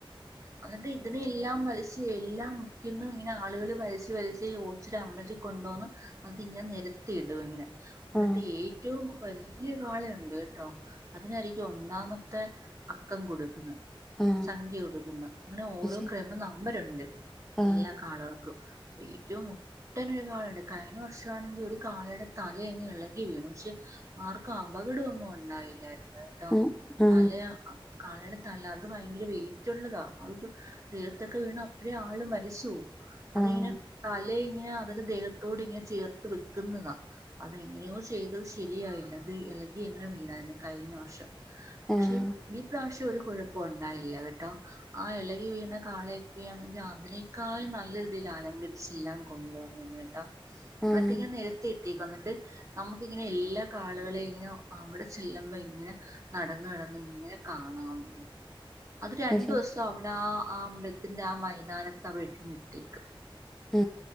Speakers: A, on the right (about 35°); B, in the centre.
A: അട്ട ഇതിനെ എല്ലാം വല എല്ലാം മുക്കിക്കുന്നു ഇങ്ങനെ ആളുകൾ ല വല ഓച്ചിര അമ്പലത്തി കൊണ്ടുവന്ന് അത്ങ്ങനെ നിരത്തി ഇടും ഇങ്ങനെ എന്നിട്ട്
B: ആ
A: ഏറ്റവും വലിയ വാളയുണ്ട് കേട്ടോ അതിനായിരിക്കും ഒന്നാമത്തെ അക്കം കൊടുക്കുന്നത്
B: ആ
A: സംഖ്യ ഉടുക്കുന്ന അങ്ങനെ ഓരോ
B: അത് ശരി
A: ക്രമ നമ്പരുണ്ട്
B: ആ
A: എല്ലാ കാളുകൾക്കും ഏറ്റവും മുട്ടനൊരു കാളുണ്ട് കഴിഞ്ഞ വർഷമാണെങ്കിൽ ഒരു കാളയുടെ തലന്ന് ഇളകി വീണു പക്ഷെ ആർക്കും അപകടംഒന്നും ഉണ്ടായില്ലായിരുന്നു ട്ടോ
B: ആ ആ
A: താലെ കാള തല അത് ഭയങ്കര വെയിറ്റ്ള്ളതാ അത് ദേഹത്തൊക്കെ വീണ അപ്പഴേ ആള് മരിച്ചുപോകും അതിങ്ങനെ
B: ആഹ്
A: തല ഇങ്ങനെ അതിന് ദേഹത്തോട് ഇങ്ങനെ ചേർത്ത് വെക്കുന്നതാ അതെങ്ങനെയോ ചെയ്തത് ശരിയായില്ല അത് ഇളകി എങ്ങനെ വീണായിരുന്നു കഴിഞ്ഞ വർഷം പക്ഷെ
B: ആഹ്
A: ഇപ്രാവശ്യം കുഴപ്പം ഉണ്ടായില്ല കേട്ടോ ആ ഇളകി വീണ കാളയൊക്കെയ ആണെങ്കിൽ അതിനനേക്കായും നല്ല രീതിയിൽ അലങ്കരിച്ചെല്ലാം കൊണ്ടുവന്നത് കേട്ടോ
B: ആഹ്
A: ന്നട്ട് ഇങ്ങനെ എ വന്നിട്ട് നമുക്ക ഇങ്ങനെ എല്ലാ കാളകളെയും ഇങ്ങനെ അവിടെ ചെല്ലുമ്പോ ഇങ്ങനെ നടന്ന് നടന്ന് ഇങ്ങനെ കാണാം ഇങ്ങനെ അത് രണ്ടു
B: പക്ഷെ
A: ദിവസം അവിട ആ അമ്പലത്തിന്റെ ആ മൈതാനത്ത് വട്ട ഇട്ടേക്കും
B: ആ